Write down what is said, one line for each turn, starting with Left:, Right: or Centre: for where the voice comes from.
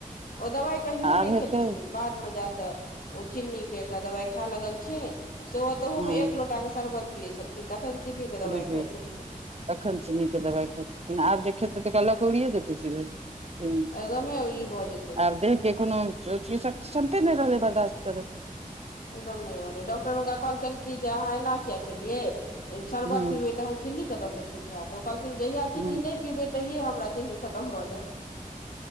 Left: ओ दबाइ कहियो
Right: आब
Left: नै
Right: हेतै
Left: खेलखिन बाद मे जाके ओ चिन्नी के एकटा दवाई खाय लगलखिन से तहु
Right: हँ
Left: मे एक लो लैटाके शरबत पियै छलखिन तखन चीन्नी के दवाइ
Right: बुझियौ
Left: खाइ छलखिन
Right: तखन चिनी के दवाइ खाइ छथिन आब जे खेतै तऽ तेकरा लके ऊड़िए जेतै सेबे हु
Left: एकदमे ई भऽ जेतै
Right: आर देह के कोनो सब सुनते नय रहलै बर्दाश्त करे के
Left: एकदम नय रहलै डॉक्टर हुनका कहलकेन की जे अहाँ एना किया केलियै शर्बत
Right: हूँ
Left: पीबे तहन चिन्नी कत से ठीक हैत कहलखिन जहिया चीनी
Right: हूँ
Left: नय पीबै तहिए हमरा चीनी खतम भऽ जायत